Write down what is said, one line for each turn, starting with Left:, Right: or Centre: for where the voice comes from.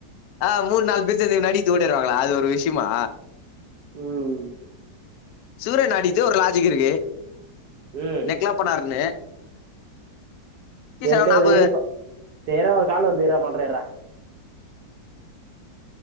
Left: ஆ மூணு நாலு பேர் சேந்து இவன அடி தூண்ட்டு வருவாங்களே அது ஒரு விஷ்யமா
Right: ம்
Left: சூரி அண்ணா அடிக்குது ஒரு லாஜிக் இருக்கு
Right: ம்
Left: நெக்லா பன்னாருன்னு
Right: சேர்
Left: ஆனா
Right: சேர்
Left: நாப்பது
Right: இரு ப சேர்றா ஒரு கால் வருது இர்றா பண்றே இர்றா <inaudible>